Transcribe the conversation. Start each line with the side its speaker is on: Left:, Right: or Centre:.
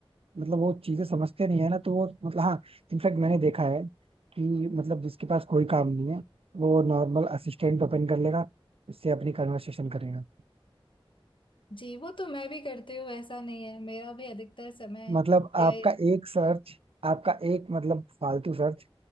Right: मतलब वो चीजें समझते नहीं है ना तो वो मतलब हाँ इनफैक्ट मैंने देखा है कि मतलब जिसके पास कोई काम नहीं है वो नॉर्मल असिस्टेंट ओपन कर लेगा उससे अपनी कन्वर्सेशन करेगा
Left: जी वो तो मैं भी करती हूँ ऐसा नहीं है मेरा भी अधिकतर समय
Right: मतलब आपका
Left: या
Right: एक सर्च आपका एक मतलब फालतू सर्च